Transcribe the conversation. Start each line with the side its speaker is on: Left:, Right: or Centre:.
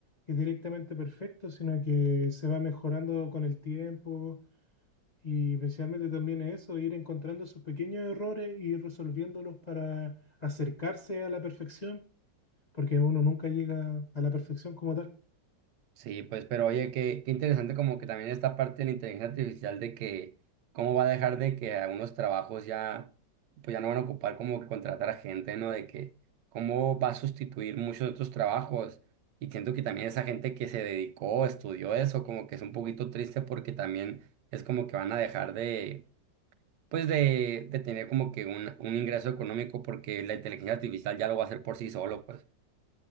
Left: es directamente perfecto, sino que se va mejorando con el tiempo. Y principalmente también es eso, ir encontrando sus pequeños errores y resolviéndolos para acercarse a la perfección porque uno nunca llega a la perfección como tal.
Right: Sí, pues, pero oye, qué, qué interesante como que también esta parte de la inteligencia artificial de que cómo va a dejar de que algunos trabajos ya, pues ya no van a ocupar como que contratar a gente, ¿no? De que cómo va a sustituir muchos de otros trabajos. Y siento que también esa gente que se dedicó, estudió eso, como que es un poquito triste porque también es como que van a dejar de, pues de, de tener como que un, un ingreso económico porque la inteligencia artificial ya lo va a hacer por sí solo, pues.